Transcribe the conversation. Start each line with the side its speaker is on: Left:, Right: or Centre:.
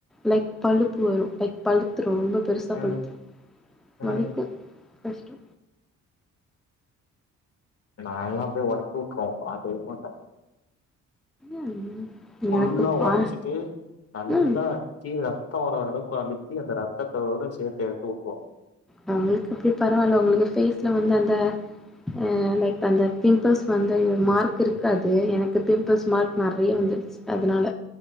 Centre: லைக் பழுப்பு வரு லைக் பழுத்துரு ரொம்ப பெருசா
Left: ம்
Centre: பழுத்துரு
Left: ம்
Centre: வலிக்கு கஷ்டோ
Left: நால்லா போய் ஒடச்சு வுட்ருவ பாக்கவே மாட்ட
Centre: ஏ ம்
Left: ஃபுல்லா
Centre: எனக்கு
Left: ஒடச்சிட்டு
Centre: ஆ
Left: நல்லா
Centre: ம்
Left: அடுத்தி ரத் த்தோ வர அளவுக்கு அழுத்தி அந்த ரத்தத்தோட சேத்து எடுத்து வுட்டுவோ
Centre: நம்ளுக்கு அப்டி பரவால்ல ஒங்களுக்கு ஃபேஸ்ல வந்து அந்த அ லைக் அந்த பிம்பிள்ஸ் வந்த மார்க் இருக்காது எனக்கு பிம்பிள்ஸ் மார்க் நெறைய வந்து டுச்சு அதனால